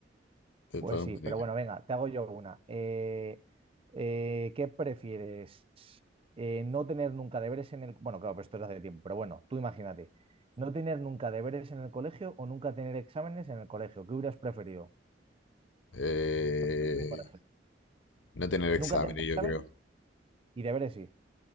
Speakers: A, on the left; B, on the right.
A: de
B: Pues
A: todas
B: sí,
A: maneras.
B: pero bueno, venga, te hago yo una. Eh, eh, ¿qué prefieres? Eh, no tener nunca deberes en el... Bueno, claro, pero esto es hace tiempo, pero bueno, tú imagínate. ¿No tener nunca deberes en el colegio o nunca tener exámenes en el colegio? ¿Qué hubieras preferido?
A: Eh,
B: Cuando estabas en el colegio.
A: no tener exámenes,
B: Nunca tener exámenes
A: yo creo.
B: y deberes sí.